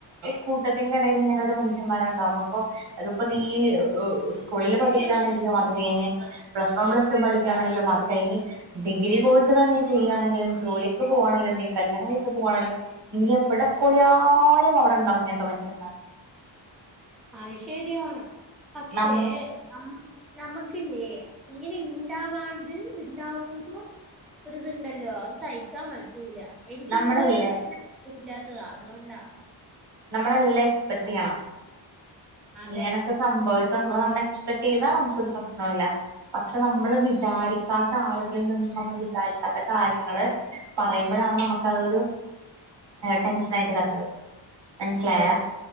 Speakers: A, on the right; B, in the centre.
A: കൂട്ടത്തിന്റെ ഇടയിൽ ഇങ്ങനെ ഒരു മനുഷ്യന്മാർ ഉണ്ടാവും. ആഹ് അതിപ്പോ നീ സ്കൂളിൽ പഠിക്കുകയാണെങ്കിലും അത് കഴിഞ്ഞ് പ്ലസ് വൺ പ്ലസ് റ്റു പഠിക്കയാണെങ്കിലും അത് കഴിഞ്ഞു ഡിഗ്രി കോഴ്സുകൾ നീ ചെയ്യുകണെങ്കിലും ജോലിക്ക് പോവാണെങ്കിലും നീ കല്യാണം കൈച്ചു പോവാണെങ്കിലും നീ എവിടെ പോയാലും അവിടെ ഉണ്ടാവും ഇങ്ങനത്തെ മൻസമ്മാര്
B: അത് ശരിയാണ് പക്ഷേ
A: നമ്മ
B: നം നമ്മുക്കില്ലേ ഇങ്ങനെ ഇണ്ടാവാണ്ട് ഉണ്ടാവുമ്പോ ഒര് ഇതുണ്ടല്ലോ അ സഹിക്കാൻ പറ്റൂല്ല എനിക്ക്
A: നമ്മളല്ലേ
B: ഇത് വരെ <unintelligible> പ്പൂല താ അതുകൊണ്ടാ
A: നമ്മളെല്ലാ എക്സ്പെക്ട് ചെയ്യണം
B: അതെ
A: ഇങ്ങനെയൊക്കെ സംഭവി എന്നുള്ളത് നമ്മൾ എക്സ്പെക്ട് ചെയ്താ നമുക്കൊരു പ്രശ്നുല്ല പക്ഷെ നമ്മള് വിചാരിക്കാത്ത ആളുകളിൽ നിന്നും നമ്മൾ വിചാരിക്കാത്ത കാര്യങ്ങള് പറയുമ്പോഴാണ് നമക്ക് അതൊരു ടെൻഷനായിട്ട് വര്ണത് മനസ്സിലായാ
B: അതെ